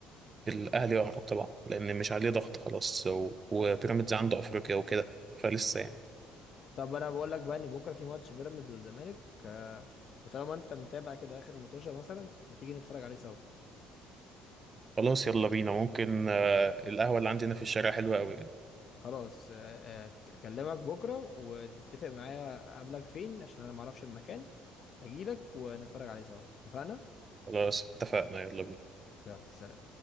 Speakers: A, on the right; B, on the left.
A: الاهلي يهرب طبعا لان مش عليه ضغط خلاص و- وبيراميدز عنده افريقيا وكده فلسه يعني
B: طب انا بقول لك بقى ان بكره في ماتش بيراميدز والزمالك آه، وطالما انت متابع كده اخر متوشه مثلا ما تيجي نتفرج عليه سوا
A: خلاص يلا بينا ممكن آه، القهوه اللي عندنا في الشارع حلوه قوي يعني
B: خلاص آه، آه، اكلمك بكره وتتفق معايا اقابلك فين عشان انا ما اعرفش المكان اجيلك ونتفرج عليه سوا اتفقنا
A: خلاص اتفقنا يلا بينا
B: يلا سلام